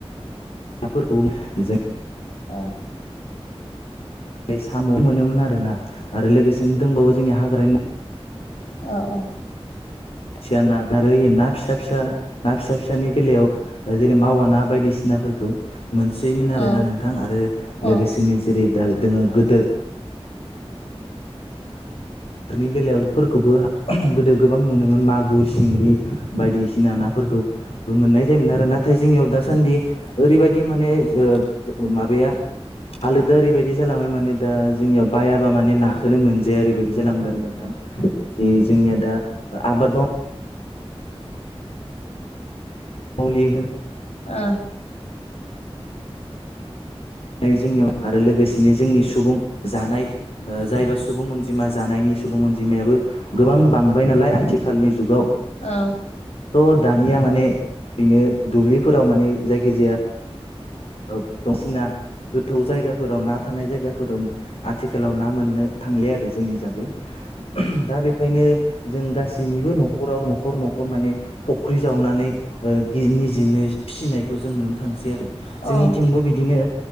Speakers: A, on the left; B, on the left.
A: ना फोरखौ जों
B: औ
A: साम' मोनोमोन आरोना आरो लोगोसेनो दंबावो जोंनि हाग्रानि
B: औ औ
A: खथिया ना आरो ना फिसा फिसा ना फिसा फिसानि बेलायाव जेरै मावा ना बायदिसिनाफोरखौ। मोनसयमोन
B: ओ
A: आरोना नोंथां आरो
B: ओ
A: लोगोसेनो जेरै दा दोङो गोदो बेफोरनि बेलायावफोरखौबो गोदो गोबां मोनोमोन मागुर सिंगि बायदिसिना सिना नाफोरखौबो मोननाय जायोमोन आरो नाथाय जोंनियाव दास दासान्दि ओरैबायदि माने ओ माबाया हालोदा ओरैबायदि जालांबाय माने दा जोंनियाव बायाबा माने नाखोनो मोनजाया ओरैबायदि जालांबाय आरो नोंथां जे जोंनिया दा आबाद माव मुलि
B: ओ
A: जोंनियाव आरो लोगोसेनो जोंनि सुबुं जानाय ओ जायबा सुबुं अनजिमा जानायनि सुबुं अनजिमायाबो गोबां बांबाय नालाय आथिखालनि जुगाव
B: औ
A: स' दानिया माने ओरैनो दुब्लिफोराव माने जायखिजाया ओ दंसिना गोथौ जायगाफोराव ना थानाय जायगाफोराव आथिखालाव ना मोननो थांलिया आरो जोंनि जाबो दा बे खायनो जों गासैनिबो न'खराव न'खर न'खर माने फख्रि जावनानै ओ <unintelligible> निजेनो फिसिनायखौ जों नुनो थांसै आरो
B: ओ
A: जोंनिथिंबो बिदिनो